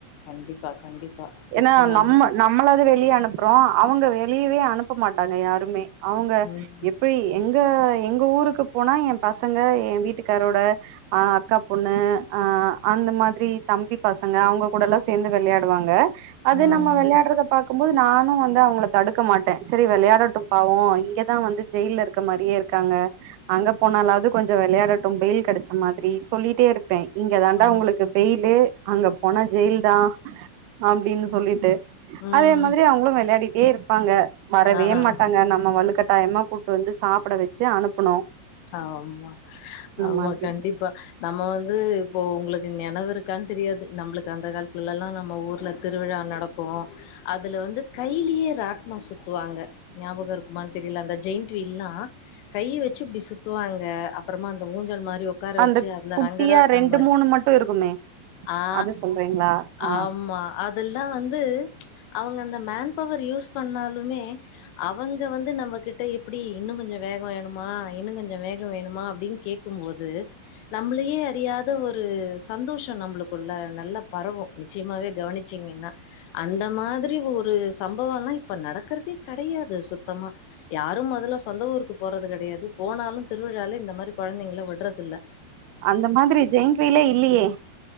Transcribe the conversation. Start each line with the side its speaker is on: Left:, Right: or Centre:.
Left: கண்டிப்பா கண்டிப்பா
Right: ஏனா
Left: நிச்சயமாவே
Right: நம்ம நம்மளாது வெளிய அனுப்றோ அவுங்க வெளியவே அனுப்ப மாட்டாங்க யாருமே அவுங்க
Left: ம்
Right: எப்பி எங்க எங்க ஊருக்கு போனா எம் பசங்க ஏ வீட்டுக்காரோட அ அக்காப் பொண்ணு அ அந்த மாதிரி தம்பி பசங்க அவுங்க கூடலா சேந்து வெளையாடுவாங்க அது
Left: ம்
Right: நம்ம வெளையாட்றத பாக்கும் போது நானு வந் து அவுங்கள தடுக்க மாட்டே செரி வெளையாடட்டு பாவோ இங்கதா வந்து ஜெயில்ல இருக்க மாரியேருக் க்காங்க அங்க போனாலாவது கொஞ்ச வெளையாடட்டும் பெயில் கெடச்ச மாதிரி சொல்லிட்டேருப் ப்பே இங்க தாண்டா
Left: ம்
Right: ஒங்ளுக்கு பெயிலு அங்க போன ஜெயில்தா அப்டின்னு ல்லிட்டு
Left: ம்
Right: அதே மாதிரி அவுங்ளு வெளையாடிட்டே இருப்பாங்க வரவே
Left: ஆ
Right: மாட்டாங்க நம்ம வலுக்கட்டாய மா கூட்டு வந்து சாப்ட வச்சு அனுப்புனு
Left: ஆமா ஆமா
Right: மாதிரி
Left: கண்டிப்பா நம்ம வந்து இப்போ ஒங்ளுக் நெனவுருக்கான் தெரியாது நம்ளுக்கு அந்த காலத்துலல்லா நம்ம ஊர்ல திருவிழா நடக்கு அதுல வந்து கையிலியே ராட்னோ சுத்துவாங்க நியாபக இருக்குமான் தெரில அந்த ஜெயின்ட் வீல்லா கை வச்சு இப்டி சுத்துவாங்க அப்பறமா அந்த ஊஞ்சல் மா ரி ஒக்கார
Right: அந்த
Left: வச்சு அதுல
Right: குட்டியா
Left: ரங்கராட்ன
Right: ரெண்டு
Left: மாரி
Right: மூணு மட்டு இருக்குமே
Left: ஆ
Right: அது சொல்றீங்களா ஆ
Left: ஆமா அதுல்லா வந்து அவங்க அந்த மேன் பவர் யூஸ் பண்ணாலுமே அவங்க வந்து நம்மகிட்ட எப்டி இன்னு கொஞ்ச வேக வேணுமா இன்னு கொஞ்ச வேக வேணுமா அப்டின் கேக்கும்போது நம்ளியே அறியாத ஒரு சந்தோஷ நம்ளுக் குள்ள நல்ல பரவு நிச்சியமாவே கவனிச்சீங்கின்னா அந்த மாதிரி ஒரு சம்பவம்ல் இப்ப நடக்கறதே கெடையாது சுத்தமா யாரு மொதல சொந்த ஊருக்கு போறது கெடையாது போனாலு திருவிழால இந்த மாரி கொழந்தைங்கள விட்றதில்ல
Right: அந்த மாதிரி ஜெயின்ட்விலே இல்லியே